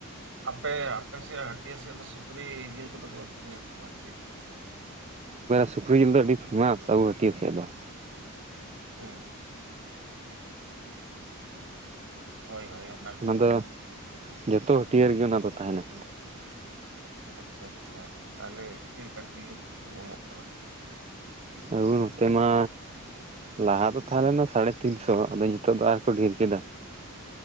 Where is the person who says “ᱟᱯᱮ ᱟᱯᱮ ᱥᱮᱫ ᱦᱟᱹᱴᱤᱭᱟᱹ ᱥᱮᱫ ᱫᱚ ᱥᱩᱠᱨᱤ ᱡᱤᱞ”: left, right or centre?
Right